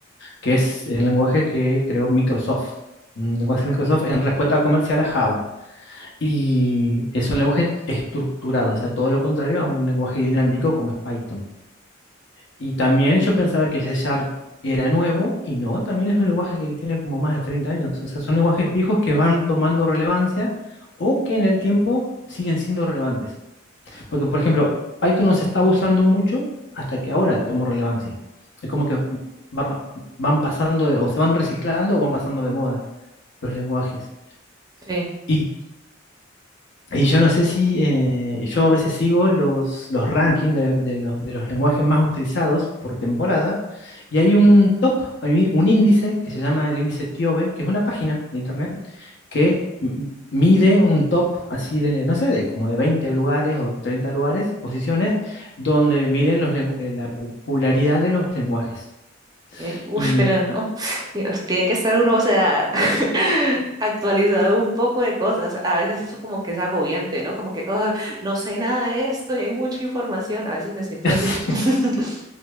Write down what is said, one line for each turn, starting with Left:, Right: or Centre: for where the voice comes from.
Left: que es el lenguaje que creó Microsoft, un lenguaje de Microsoft en respuesta comercial a Java. Y es un lenguaje est- estructurado, o sea, todo lo contrario a un lenguaje dinámico como es Python. Y también yo pensaba que C Sharp era nuevo, y no, también es un lenguaje que tiene como más de 30 años. O sea, son lenguajes viejos que van tomando relevancia o que en el tiempo siguen siendo relevantes. Porque, por ejemplo, Python no se está usando mucho hasta que ahora tomó relevancia. Es como que van, van pasando de- o se van reciclando o van pasando de moda los lenguajes.
Right: sí.
Left: Y y yo no sé si, eh, yo a veces sigo los, los rankings de, de los, de los lenguajes más utilizados por temporada, y hay un top, hay un índice que se llama el índice TIOBE, que es una página de internet que m- mide un top así de, no sé, de como de 20 lugares o 30 lugares, posiciones, donde miden los lengu- eh, la popularidad de los lenguajes.
Right: Eh, uf,
Left: Y
Right: pero no, <laughs> Dios, tiene que estar uno, o sea, <laughs> actualizado un poco de cosas. A veces eso como que es agobiante, ¿no? Como que "Ah, no sé nada de esto y hay mucha información. A veces me siento
Left: <laughs>
Right: así. <laughs>